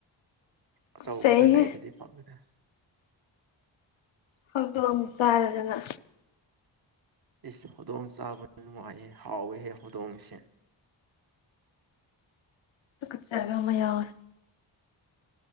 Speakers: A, on the right; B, on the left.
A: ꯑꯆꯧꯕꯒ
B: ꯇꯨꯀꯠꯆꯩꯍꯦ
A: ꯂꯩꯔꯗꯤ ꯄꯥꯝꯃꯤꯗ
B: ꯍꯧꯗꯣꯡ ꯆꯥꯔꯗꯅ
A: ꯏꯁ ꯍꯧꯗꯣꯡ ꯆꯥꯕꯅ ꯅꯨꯡꯉꯥꯏꯍꯦ ꯍꯥꯎꯋꯦꯍꯦ ꯍꯧꯗꯣꯡꯁꯦ
B: ꯇꯨꯀꯠꯆꯕꯃ ꯌꯥꯎꯋꯦ